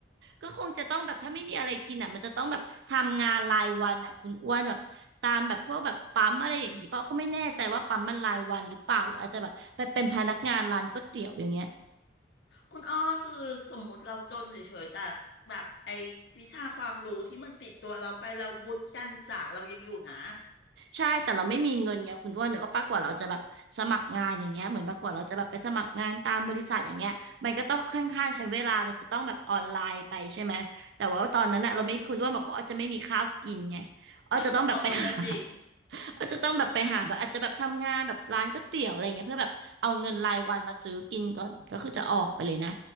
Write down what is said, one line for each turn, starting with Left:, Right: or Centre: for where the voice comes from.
Right: ก็คงจะต้องแบบถ้าไม่มีอะไรกินอ่ะมันจะต้องแบบทำงานรายวันอ่ะคุณอ้วนแบบตามแบบพวกแบบปั๊มอะไรอย่างนี้เปล่าก็ไม่แน่ใจว่าปั๊มมันรายวันหรือเปล่าหรืออาจจะแบบไปเป็นพนักงานร้านก๋วยเตี๋ยวอย่างเงี้ย
Left: คุณอ้อคือสมมุติเราจนเฉยๆแต่แบบไอ้วิชาความรู้ที่มันติดตัวเราไปเราวุฒิการศึกษาเรายังอยู่นะ
Right: ใช่ แต่เราไม่มีเงินไงคุณอ้วนหรือว่าปะกว่าเราจะแบบสมัครงานอย่างเงี้ยเหมือนปะกว่าเราจะแบบไปสมัครงานตามบริษัทอย่างเงี้ยมันก็ต้องค่อนข้างใช้เวลาเราจะต้องแบบออนไลน์ไปใช่ไหมแต่ว่าตอนนั้นอะเราไม่คุณอ้วนบอกว่าอ้อจะไม่มีข้าวกินไง
Left: เออ
Right: อ้อจะต้องแบบไปหา
Left: <laughs> เออเออก็จริง
Right: <laughs> อ้อจะต้องแบบไปหาแบบอาจจะแบบทำงานแบบร้านก๋วยเตี๋ยวอะไรเงี้ยเพื่อแบบเอาเงินรายวันมาซื้อกินก่อนก็คือจะออกไปเลยนะ